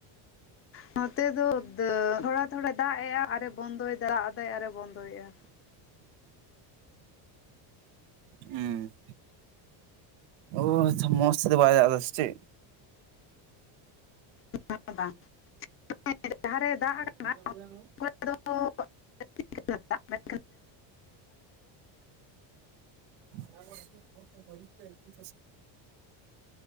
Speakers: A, on the left; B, on the right.
A: ᱱᱚᱛᱮ ᱫᱚ ᱛᱷᱚᱲᱟ ᱛᱷᱚᱲᱟ ᱫᱟᱜᱮᱜ-ᱟ ᱟᱨᱮ ᱵᱚᱱᱫᱚᱭᱫᱟ ᱫᱟᱜ ᱮᱫᱟ ᱟᱨᱮ ᱵᱚᱱᱫᱚᱭᱮᱜ-ᱟ᱾
B: ᱦᱩᱸ᱾ ᱚ ᱟᱪᱪᱷᱟ ᱢᱚᱥ ᱛᱮᱫᱚ ᱵᱟᱭ ᱫᱟᱜ ᱮᱫᱟ ᱥᱮ ᱪᱮᱫ?
A: <unintelligible> ᱡᱟᱦᱟᱨᱮ ᱫᱟᱜ ᱠᱟ
B: <unintelligible>
A: <unintelligible>
B: <unintelligible>